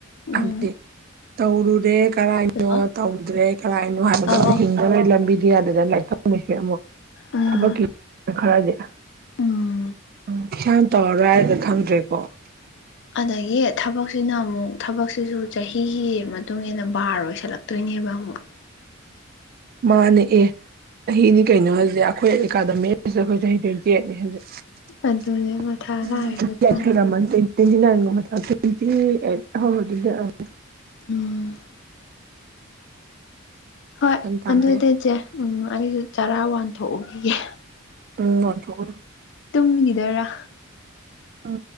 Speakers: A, on the left; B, on the right.
A: ꯎꯝ
B: ꯍꯥꯏꯕꯗꯤ ꯇꯧꯔꯨꯔꯦ ꯀꯔꯥꯏꯅꯣ
A: ꯍꯜꯂꯣ
B: ꯇꯧꯗ꯭ꯔꯦ ꯀꯔꯥꯏꯅꯣ ꯍꯥꯏꯕꯗꯣ
A: ꯑꯧ ꯑꯧ
B: ꯍꯤꯡꯕꯒꯤ ꯂꯝꯕꯤꯗꯨ <unintelligible> ꯐꯪꯉꯤꯁꯦ ꯑꯃꯨꯛ
A: ꯎꯝ
B: ꯊꯕꯛꯀꯤ ꯈꯔꯗꯤ
A: ꯎꯝ
B: ꯎꯝ ꯏꯁꯥꯅ ꯇꯧꯔꯔꯣꯏ ꯍꯥꯏꯔꯗꯤ ꯈꯪꯗ꯭ꯔꯦꯀꯣ
A: ꯑꯗꯒꯤ ꯊꯕꯛꯁꯤꯅ ꯑꯃꯨꯛ ꯊꯕꯛꯁꯤꯁꯨ ꯆꯍꯤꯒꯤ ꯃꯇꯨꯡ ꯏꯟꯅ ꯕꯥꯔ ꯑꯣꯏꯁꯜꯂꯛꯇꯣꯏꯅꯦꯕ ꯑꯃꯨꯛ
B: ꯃꯥꯅꯦ ꯑꯦ ꯆꯍꯤꯅꯤ ꯀꯩꯅꯣ ꯍꯧꯖꯤꯛ ꯑꯩꯈꯣꯏ ꯑꯦꯀꯥꯗꯃꯤ ꯑꯩꯈꯣꯏ ꯆꯍꯤ ꯇ꯭ꯋꯦꯟꯇꯤ ꯑꯩꯠꯅꯤ ꯍꯧꯖꯤꯛ
A: ꯑꯗꯨꯅꯦ ꯃꯊꯥ ꯁꯥꯏꯌꯦꯕ ꯑꯗꯨꯅ
B: <unintelligible> ꯇ꯭ꯋꯦꯟꯇꯤ ꯅꯥꯏꯟꯒꯨꯝꯕ ꯐꯥꯔꯦ ꯇ꯭ꯋꯦꯟꯇꯤ ꯑꯩꯠ <unintelligible>
A: ꯎꯝ ꯍꯣꯏ
B: ꯒ꯭ꯌꯥꯟ ꯇꯥꯗꯦ
A: ꯑꯗꯨꯗꯤ ꯆꯦ ꯎꯝ ꯑꯩꯁꯨ ꯆꯥꯔꯥ ꯋꯥꯟꯊꯣꯛꯎꯈꯤꯒꯦ
B: ꯎꯝ ꯋꯥꯟꯊꯣꯛꯎꯔꯣ
A: ꯇꯨꯝꯈꯤꯗꯣꯏꯔꯣ
B: ꯎꯝ